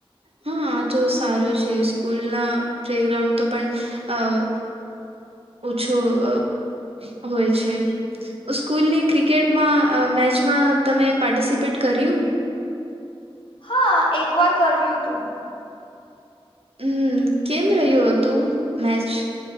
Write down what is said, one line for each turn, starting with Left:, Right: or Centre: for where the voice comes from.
Right: હા આ તો સારો છે સ્કૂલ ના પ્લેગ્રાઉન્ડ તો પણ અહ ઓછો અહ હોય છે. સ્કૂલની ક્રિકેટમાં અહ મેચમાં તમે પાર્ટિસિપેટ કર્યું.
Left: હા એક વાર કર્યું તું.
Right: હમ્મ કેમ રહ્યો હતું મેચ?